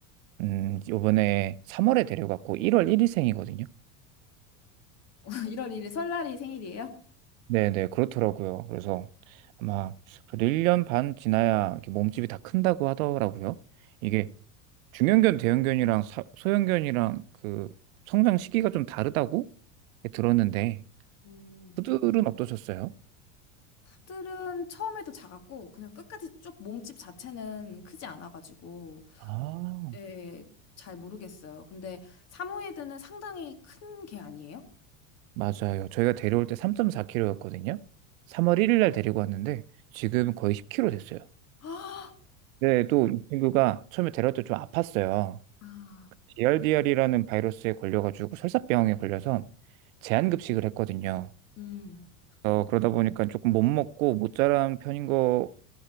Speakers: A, on the right; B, on the left.
A: 음, 요번에 3월에 데려갔고 1월 1일생이거든요.
B: <laughs> 1월 1일 설날이 생일이에요?
A: 네네, 그렇더라고요. 그래서 아마 그래도 1년 반 지나야 이렇게 몸집이 다 큰다고 하더라고요. 이게
B: 음.
A: 중형견, 대형견이랑 사- 소형견이랑 그 성장 시기가 좀 다르다고 들었는데,
B: 음.
A: 푸들은 어떠셨어요?
B: 들은 처음에도 작았고 그냥 끝까지 쭉 몸집 자체는 크지 않아가지고
A: 아,
B: 예, 잘 모르겠어요. 근데 사모예드는 상당히 큰 개 아니에요?
A: 맞아요. 저희가 데려올 때 3.4kg였거든요. 3월 1일 날 데리고 왔는데, 지금 거의 10kg 됐어요.
B: 아,
A: 근데 또 이 친구가 처음에 데려올 때 좀 아팠어요.
B: 아,
A: DRDR이라는 바이러스에 걸려가지고 설사병에 걸려서 제한급식을 했거든요.
B: 음, 그렇군요.
A: 어, 그러다 보니까 조금 못 먹고 못 자란 편인 것